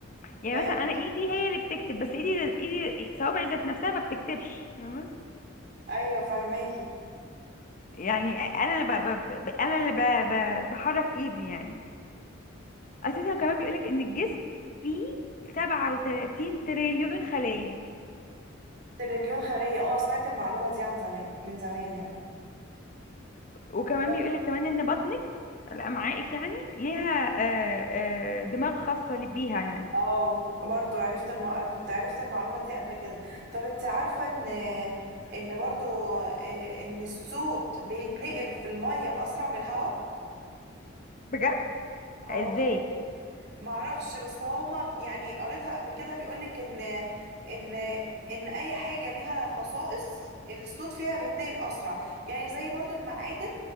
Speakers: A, on the left; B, on the right.
A: يعني
B: فهمت
A: مثلا انا ايدي هي اللي بتكتب بس ايدي ايدي صوابعي ذات نفسها ما بتكتبش فاهمة؟
B: ايوه فاهماكي
A: يعني انا اللي ب... ب... ب... انا اللي ب... ب... بحرك ايدي يعني اساسا كمان بيقولك ان الجسم فيه 37 تريليون خليه
B: تريليون خلية اه سمعت المعلومة دي عن زمان من زمان يعني
A: وكمان
B: طب
A: بيقولك كمان ان بطنك الامعائك يعني ليها آه، آه، دماغ خاصه بيها يعني
B: اه برضو عرفت الم... كنت عرفت المعلومة دي قبل كده طب انت عارفة ان ان برضو آه، ان الصوت بيتنقل في المية اسرع من الهواء
A: بجد
B: اه
A: ازاي
B: والله معرفش بس هما يعني قريتها قبل كده بيقولك ان ان ان اي حاجه ليها خصائص الصوت فيها بيتنقل اسرع يعني زي برضو المعادن